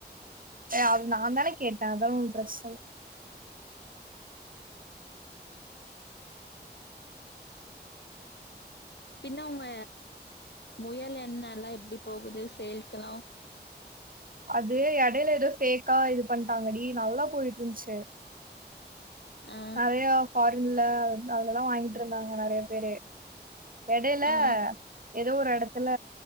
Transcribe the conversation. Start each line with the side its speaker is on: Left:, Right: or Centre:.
Right: அது நா தான கேட்டே அதலா ஒன்னு பிரச்னல
Left: பின்ன உங்க முயல் எண்ணல்லா எப்டி போகுது சேல்ஸ்செல்லா
Right: அது இடையில ஏதோ ஃபேக்கா இது பண்ணிட்டாங்கடி நல்லா போயிட்ருந்துச்சு
Left: ஆ
Right: நறையா ஃபாரின்ல அதலெல்லா வாங்கிட்ருந்தாங்க நறைய பேரு எடைல
Left: ஆ
Right: எதோ ஒரு எடத்துல